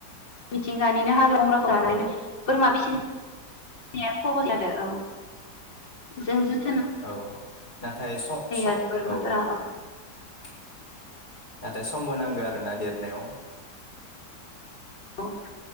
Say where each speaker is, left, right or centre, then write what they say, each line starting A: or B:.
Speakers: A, on the left; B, on the left.
A: मिथिंगानिनो हाग्रा बंग्राखौ जानानै
B: औ
A: बोरमा फिसि नामा सजस जादों औ। जों जों
B: औ नाथाय स स औ
A: आरो बोरमाफोरा
B: औ । नाथाय समबो नांगौ आरो ना देरनायाव
A: ओं औ